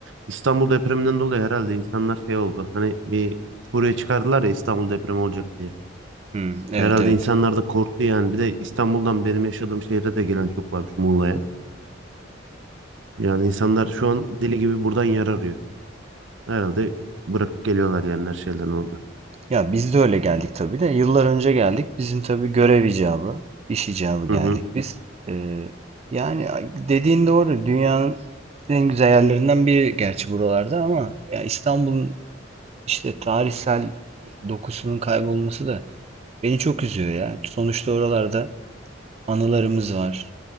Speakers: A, on the right (about 70°); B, on the right (about 35°).
A: İstanbul depreminden dolayı herhalde insanlar şey oldu. Hani bir buraya çıkardılar ya İstanbul depremi olacak diye.
B: Hmm, evet
A: Herhalde
B: evet.
A: insanlar da korktu yani. Bir de İstanbul'dan benim yaşadığım şehre de gelen çok varmış Muğla'ya. Yani insanlar şu an deli gibi buradan yer arıyor. Herhalde bırakıp geliyorlar yani her şeyden orada.
B: Ya biz de öyle geldik tabii de. Yıllar önce geldik. Bizim tabii görev icabı, iş icabı geldik
A: Hı hı.
B: biz. Ee, yani dediğin doğru. Dünyanın en güzel yerlerinden biri gerçi buralarda ama ya İstanbul'un işte tarihsel dokusunun kaybolması da beni çok üzüyor ya. Sonuçta oralarda anılarımız var.